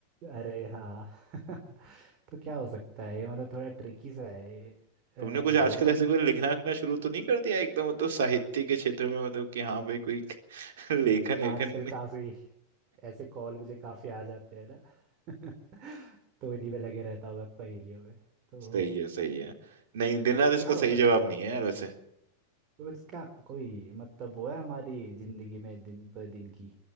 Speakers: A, on the right; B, on the right.
A: अरे हाँ <laughs> तो क्या हो सकता है ये मतलब थोड़ा ट्रिकी सा है ये अ,
B: तुमने कुछ
A: दो
B: आजकल
A: रंग
B: ऐसे कोई लिखना लिखना शुरू तो नहीं कर दिया एकदम मतलब साहित्य के क्षेत्र में मतलब कि हाँ भाई कोई <laughs> लेखन लेखन
A: आजकल काफी ऐसे कॉल मुझे काफी आ जाते हैं ना <laughs> तो इन्हीं में लगे रहता हूँ मैं पहेलियों में तो
B: सही है सही है नहीं दिन रात इसका
A: क्या हो
B: सही
A: सकता
B: जवाब
A: है
B: नहीं है यार वैसे
A: तो इसका कोई मतलब वो है हमारी जिंदगी में दिन पर दिन की